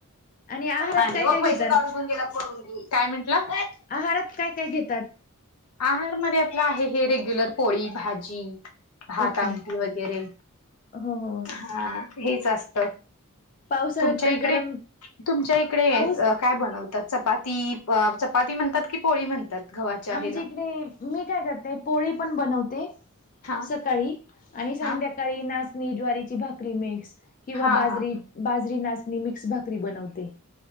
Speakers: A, on the left (about 35°); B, on the left (about 90°).
A: आहारात
B: आणि
A: काय काय
B: पैसे
A: घेता?
B: काढून घेऊन गेला पून काय म्हंटलं.
A: आहारात काय काय घेतात.
B: आहारमध्येध्ये आपलं आहे हे रेग्युलर पोळी भाजी. भात
A: ओके
B: आमटी वगैरे
A: हो हो
B: हा
A: <unintelligible>
B: हेच असत
A: पावसाळ्यात
B: तुमच्या
A: तर
B: इकडे
A: गरम
B: तुमच्या इकडेच
A: पाऊस
B: काय बनवतात चपाती चपाती म्हणतात की पोळी म्हणतात <unintelligible>
A: आमच्या
B: हेला
A: इकडे मी काय करते पोळी पण बनवते <unintelligible>
B: हा <unintelligible>
A: ्याकाळी आणि संध्याकाळी
B: हा
A: नाचणी ज्वारीची भाकरी मिक्स किंवा
B: हा
A: बाजरी
B: हा
A: <unintelligible> बाजरी नाचणी मिक्स भाकरी बनवते <unintelligible>